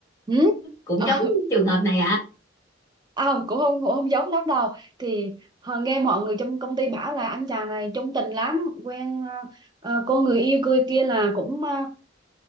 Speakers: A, on the right; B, on the left.
A: ừ,
B: cũng
A: Ờ,
B: giống trường hợp này hả
A: à, cũng không cũng không giống lắm đâu thì họ nghe mọi người trong công ty bảo là anh chàng này chung tình lắm quen ờ, ờ, cô người yêu cười kia là cũng uh,